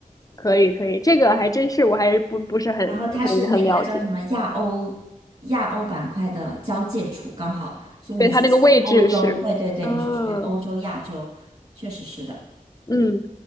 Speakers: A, on the left; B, on the right.
A: 可以可以，这个还真是我还是不不是很很很了解，
B: 然后它是那个叫什么亚欧亚欧板块的交界处，刚好，所以你是属于欧洲，
A: 所以它那个位置是嗯。
B: 对对对，你是属于欧洲亚洲，确实是的。
A: 嗯，